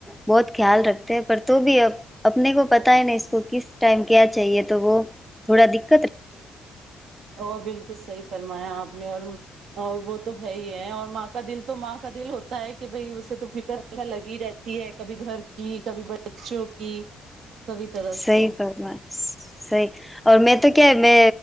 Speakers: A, in the centre; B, on the right (about 75°).
A: بہت خیال رکھتے ہیں پر تو بھی اب اپنے کو پتہ ہے نہیں اس کو کس ٹائم کیا چاہیے تو وہ تھوڑا د
B: وہ بالکل صحیح فرمایا آپ نے اور اور وہ تو ہے ہی ہے اور ماں کا دل تو ماں کا دل ہوتا ہے کہ بھائی اسے تو فکرر لگی رہتی ہے کبھی گھر کی کبھی بچوں کی سبھی طرح
A: صحی
B: سے
A: کر میں صحیح اور میں تو کیا ہے میں